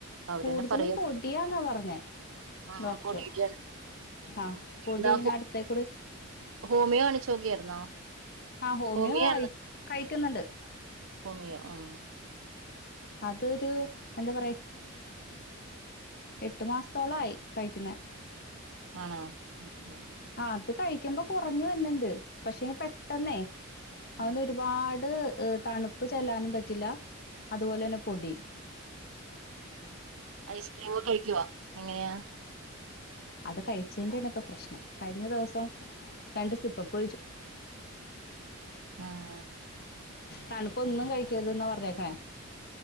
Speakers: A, on the right (about 70°); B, on the left (about 50°).
A: അവരന്നെ
B: കൂടുതലും
A: പറയും
B: പൊടിയാന്നാ പറഞ്ഞേ
A: ആഹ്
B: ഡോക്ടർ.
A: പൊടിയുടെയാണ്
B: ആഹ് പൊടീനട്ത്തേക്കുടി
A: ഇതാ ഹോമിയോ കാണിച്ചോക്ക്യാര്ന്നോ?
B: ആഹ് ഹോമിയോ
A: ഹോമിയ
B: ആയി കഴിക്കുന്നുണ്ട്
A: ഹോമിയോ ആഹ്
B: അതൊരു എന്ത പറയാ എട്ടു മാസത്തോളായി കഴിക്ക്ന്നെ
A: ആണോ ഉം ഉം
B: ആഹ് അത് കഴിക്കുമ്പോ കൊറഞ്ഞു വരുന്നുണ്ട്. പക്ഷെ പെട്ടെന്നേ അവനൊരുപാട്
A: ഉം
B: തണുപ്പ് ചെല്ലാനും പറ്റില്ല അതുപോലെന്നെ പൊടിം
A: ഐസ്ക്രീമൊക്കെ കഴിക്കുവൊ എങ്ങനെയാ
B: അത് കഴിച്ചേന്റൊണ് ഇപ്പൊ പ്രശ്നം കഴിഞ്ഞ ദിവസം രണ്ട് സിപ്പപ്പ് കഴിച്ചു.
A: ആഹ്
B: തണുപ്പ് ഒന്നും കഴി ക്കരുതന്നാ പറഞ്ഞേകാണെ